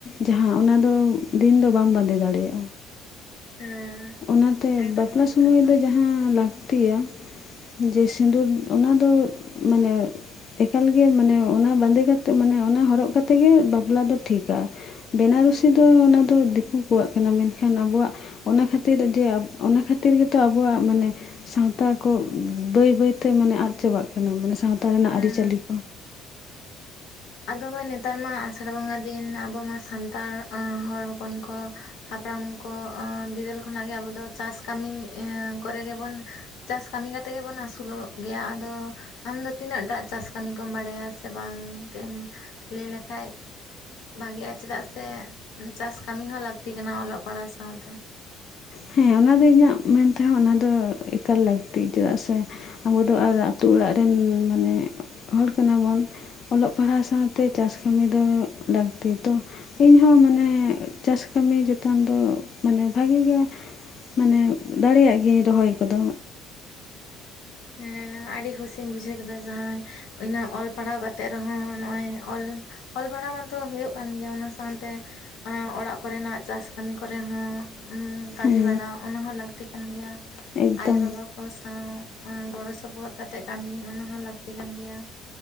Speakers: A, on the left; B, on the left.
A: ᱡᱟᱦᱟᱸ ᱚᱱᱟ ᱫᱚ ᱫᱤᱱ ᱫᱚ ᱵᱟᱢ ᱵᱟᱸᱫᱮ ᱫᱟᱲᱮᱭᱟᱜ-ᱟ᱾
B: ᱦᱮᱸ
A: ᱚᱱᱟᱛᱮ
B: ᱮᱠᱫᱚᱢ
A: ᱵᱟᱯᱞᱟ
B: ᱴᱷᱤᱠ
A: ᱥᱚᱢᱚᱭ
B: ᱠᱟᱛᱷᱟ
A: ᱫᱚ ᱡᱟᱦᱟᱸ ᱞᱟᱠᱛᱤᱭᱟ ᱡᱮ ᱥᱤᱸᱫᱩᱨ ᱚᱱᱟᱫᱚ ᱢᱟᱱᱮ ᱮᱠᱟᱞᱜᱮ ᱢᱟᱱᱮ ᱚᱱᱟ ᱵᱟᱸᱫᱮ ᱠᱟᱛᱮ ᱢᱟᱱᱮ ᱚᱱᱟ ᱦᱚᱨᱚᱜ ᱠᱟᱛᱮᱜ ᱜᱮ ᱵᱟᱯᱞᱟ ᱫᱚ ᱴᱷᱤᱠᱟ ᱵᱮᱱᱟ ᱨᱩᱥᱤ ᱫᱚ ᱚᱱᱟ ᱫᱚ ᱫᱤᱠᱩ ᱠᱚᱣᱟᱜ ᱠᱟᱱᱟ, ᱢᱮᱱᱠᱷᱟᱱ ᱟᱵᱚᱣᱟᱜ ᱚᱱᱟ ᱠᱷᱟᱹᱛᱤᱨ <unintelligible> ᱠᱷᱟᱹᱛᱤᱨ ᱡᱮ ᱚᱱᱟ ᱠᱷᱟᱹᱛᱤᱨ ᱜᱮᱛᱚ ᱟᱵᱚᱣᱟᱜ ᱢᱟᱱᱮ ᱥᱟᱶᱛᱟ ᱠᱚ ᱵᱟᱹᱭ ᱵᱟᱹᱭᱛᱮ ᱢᱟᱱᱮ ᱟᱫ ᱪᱟᱵᱟᱜ ᱠᱟᱱᱟ ᱢᱟᱱᱮ ᱥᱟᱶᱛᱟ ᱨᱮᱱᱟᱜ
B: ᱦᱮᱸ
A: ᱟᱹᱨᱤᱪᱟᱹᱞᱤ ᱠᱚ
B: ᱟᱫᱚᱵᱟᱭ ᱱᱮᱛᱟᱨ ᱢᱟ ᱟᱥᱟᱲ ᱵᱚᱸᱜᱟ ᱫᱤᱱ ᱟᱵᱚ ᱢᱟ ᱥᱟᱱᱛᱟᱲ ᱦᱚᱲ ᱦᱚᱯᱚᱱ ᱠᱚ ᱦᱟᱯᱲᱟᱢ ᱠᱚ ᱵᱤᱫᱟᱹᱞ ᱠᱷᱚᱱᱟᱜ ᱜᱮ ᱟᱵᱚ ᱫᱚ ᱪᱟᱥ ᱠᱟᱹᱢᱤ ᱠᱚᱨᱮ ᱜᱮᱵᱚᱱ ᱪᱟᱥ ᱠᱟᱹᱢᱤ ᱠᱟᱛᱮᱫ ᱜᱮᱵᱚᱱ ᱟᱹᱥᱩᱞᱚᱜ ᱜᱮᱭᱟ ᱟᱫᱚ ᱟᱢᱫᱚ ᱛᱤᱱᱟᱹᱜ ᱴᱟᱜ ᱪᱟᱥ ᱠᱟᱹᱢᱤ ᱠᱚᱢ ᱵᱟᱲᱟᱭᱟ ᱥᱮ ᱵᱟᱝ ᱮᱢ ᱞᱟᱹᱭ ᱞᱮᱠᱷᱟᱡ ᱵᱷᱟᱜᱤᱼᱟ ᱪᱮᱫᱟᱜ ᱥᱮ ᱪᱟᱥ ᱠᱟᱢᱤ ᱦᱚᱸ ᱞᱟᱠᱛᱤ ᱠᱟᱱᱟ ᱚᱞᱚᱜ ᱯᱟᱲᱦᱟᱣ ᱥᱟᱶᱛᱮ
A: ᱦᱮᱸ ᱚᱱᱟ ᱫᱚ ᱤᱧᱟᱹᱜ ᱢᱮᱱ ᱛᱮᱦᱚᱸ ᱚᱱᱟ ᱫᱚ ᱮᱠᱟᱞ ᱞᱟᱹᱠᱛᱤ ᱪᱮᱫᱟᱜ ᱥᱮ ᱟᱵᱚ ᱫᱚ ᱟᱨ ᱟᱹᱛᱩ ᱚᱲᱟᱜ ᱨᱮᱱ ᱢᱟᱱᱮ ᱦᱚᱲ ᱠᱟᱱᱟᱵᱚᱱ ᱚᱞᱚᱜ ᱯᱟᱲᱦᱟᱣ ᱥᱟᱶᱛᱮ ᱪᱟᱥ ᱠᱟᱹᱢᱤ ᱫᱚ ᱞᱟᱹᱠᱛᱤ ᱛᱚ ᱤᱧᱦᱚᱸ ᱢᱟᱱᱮ ᱪᱟᱥ ᱠᱟᱹᱢᱤ ᱪᱮᱛᱟᱱ ᱫᱚ ᱢᱟᱱᱮ ᱵᱷᱟᱜᱤ ᱜᱮᱭᱟ, ᱢᱟᱱᱮ ᱫᱟᱲᱤᱭᱟᱜ ᱜᱤᱭᱟᱹᱧ ᱨᱚᱦᱚᱭ ᱠᱚᱫᱚ
B: ᱦᱮᱸ ᱟᱹᱰᱤ ᱦᱩᱥᱤᱧ ᱵᱩᱡᱷᱟᱹᱣ ᱠᱮᱫᱟ ᱡᱟᱦᱟᱸᱭ ᱤᱱᱟᱹ ᱚᱞ ᱯᱟᱲᱦᱟᱣ ᱠᱟᱛᱮᱜ ᱨᱮᱦᱚᱸ ᱱᱚᱜᱼᱚᱭ ᱚᱞ ᱚᱞ ᱯᱟᱲᱦᱟᱣ ᱢᱟᱛᱚ ᱦᱩᱭᱩᱜ ᱠᱟᱱ ᱜᱮᱭᱟ ᱚᱱᱟ ᱥᱟᱶᱛᱮ ᱚᱲᱟᱜ ᱠᱚᱨᱮᱱᱟᱜ ᱪᱟᱥ ᱠᱟᱹᱢᱤ ᱠᱚᱨᱮ ᱦᱚᱸ ᱩᱸ ᱠᱟᱹᱢᱤ
A: ᱦᱮᱸ
B: ᱵᱟᱲᱟ ᱚᱱᱟ ᱦᱚᱸ ᱞᱟᱹᱠᱛᱤ ᱠᱟᱱ ᱜᱮᱭᱟ
A: ᱮᱠᱫᱚᱢ
B: ᱟᱭᱳ ᱵᱟᱵᱟ ᱠᱚ ᱥᱟᱶ ᱜᱚᱲᱚ ᱥᱚᱯᱚᱦᱚᱫ ᱠᱟᱛᱮᱜ ᱠᱟᱢᱤ ᱚᱱᱟ ᱦᱚᱸ ᱞᱟᱠᱛᱤ ᱠᱟᱱ ᱜᱮᱭᱟ᱾